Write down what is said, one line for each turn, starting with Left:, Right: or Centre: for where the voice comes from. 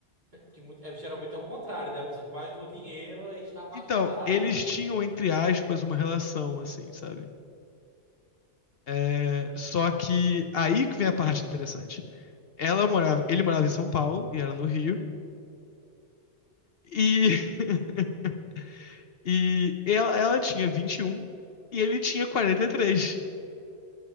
Right: Que muito, é, geralmente é o contrário, né? A pessoa que mais doa dinheiro é está apaixonada.
Left: Então, eles tinham, entre aspas, uma relação, assim, sabe? É, só que aí que vem a parte interessante. Ela morava, ele morava em São Paulo e era no Rio. E, <laughs> e ela, ela tinha vinte e um e ele tinha 43.